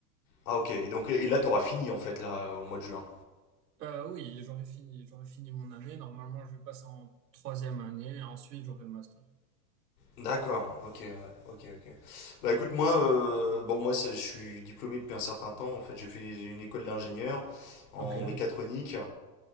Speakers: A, on the left; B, on the right.
A: Ah, ok, donc et là t'auras fini en fait, là, au mois de juin.
B: Euh, oui, j'aurais fini, j'aurais fini mon année. Normalement, je vais passer en troisième année. et Ensuite, j'aurai le master.
A: D'accord, ok, ouais, ok, ok. Bah écoute, moi, euh, bon, moi, c'est- je suis diplômé depuis un certain temps. En fait, j'ai fait une école d'ingénieur en
B: Ok.
A: mécatronique